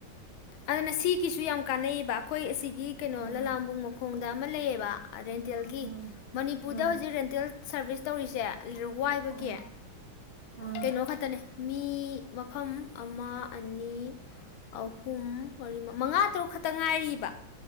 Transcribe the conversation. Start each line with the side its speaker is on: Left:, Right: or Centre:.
Left: ꯑꯗꯨꯅ ꯁꯤꯒꯤꯁꯨ ꯌꯥꯝ ꯀꯥꯟꯕ ꯑꯩꯈꯣꯏ ꯑꯁꯤꯒꯤ
Right: ꯎꯝ
Left: ꯀꯩꯅꯣ ꯂꯂꯥꯝꯕꯨꯡ ꯃꯈꯣꯏ ꯈꯣꯡꯗ ꯑꯃ ꯂꯩꯌꯦꯕ ꯔꯦꯟꯇꯦꯜꯒꯤ
Right: ꯎꯝ
Left: ꯃꯅꯤꯄꯨꯔꯗ
Right: ꯎꯝ
Left: ꯍꯧꯖꯤꯛ ꯔꯦꯟꯇꯦꯜ ꯁꯔꯚꯤꯁ ꯇꯧꯔꯤꯁꯦ ꯂꯤꯔ ꯋꯥꯏꯕꯒꯤ
Right: ꯎꯝ ꯎꯝ
Left: ꯀꯩꯅꯣ ꯈꯛꯇꯅꯦ ꯃꯤ ꯃꯐꯝ ꯃꯥ ꯑꯅꯤ ꯑꯍꯨꯝ ꯃꯔꯤ ꯃꯉꯥ ꯇꯔꯨꯛ ꯈꯛꯇ ꯉꯥꯏꯔꯤꯕ